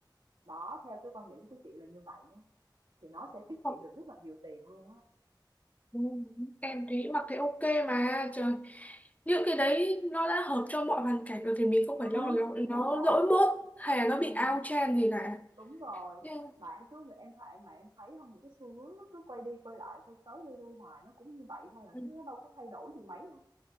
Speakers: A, on the right; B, on the left.
A: đó theo cái quan điểm của chị là như vậy á thì nó sẽ tiết
B: không,
A: kiệm được rất là nhiều tiền luôn á.
B: ừ, em thấy mặc thấy ok mà trời những cái đấy nó đã hợp cho mọi hoàn cảnh rồi thì mình không
A: Ừ,
B: phải lo nó
A: Thì đúng
B: nó
A: rồi,
B: lỗi mốt hay là
A: Ừm.
B: nó bị out trend gì cả
A: đúng rồi,
B: nhưng
A: mà em cứ em thấy mà em thấy không những cái xu hướng nó cứ quay đi quay lại, quay tới quay lui hoài, nó cũng như vậy thôi à,
B: ừ,
A: chứ nó đâu có thay đổi gì mấy đâu.